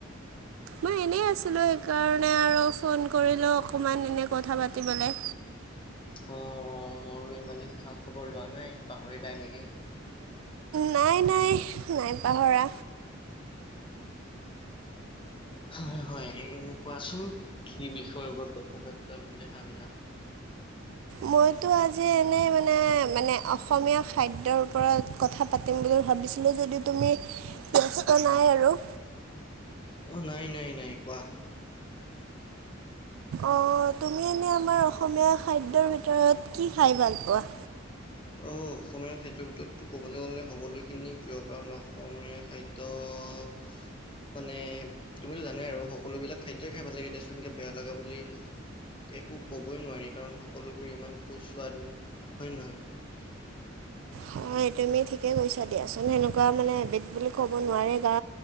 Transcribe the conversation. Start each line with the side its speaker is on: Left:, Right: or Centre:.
Right: মই এনেই আছিলো। সেইকাৰণে আৰু ফোন কৰিলো অকমান এনে কথা পাতিবলে।
Left: অ, অ মই বোলো ইমান দিন খা -খবৰ লোৱা নাই। পাহৰিলাই নেকি?
Right: নাই নাই নাই পাহৰা।
Left: হয় হয় কোৱাচোন কি বিষয়ৰ ওপৰত কথা পাতা বুলি ভাবিলা?
Right: মইতো আজি এনে মানে মানে অসমীয়া খাদ্যৰ ওপৰত কথা পাতিম বুলি ভাবিছিলোঁ যদিও তুমি বিয়স্ত নাই আৰু।
Left: অ নাই নাই নাই। কোৱা?
Right: অ তুমি এনেই আমাৰ অসমীয়া খাদ্যৰ ভিতৰত কি খাই ভাল পোৱা?
Left: অ হ অসমীয়া খাদ্যৰ ভিতৰতো ক'বলৈ গলে সকলোখিনি প্ৰিয় কাৰণ অসমীয়া খাদ্য ত। মানে তুমিতো জানাই আৰু সকলো বিলাক খাদ্যই খাই ভাল লাগে দেয়াচোন বেয়া লগা বুলি একো কবই নোৱাৰি কাৰণ সকলোবোৰ ইমান সুস্বাদু হয় নে নহয়?
Right: হয় তুমি ঠিকেই কৰিছা দিয়াচোন সেনেকুৱা মানে এবিট বুলি ক'ব নোৱাৰে বা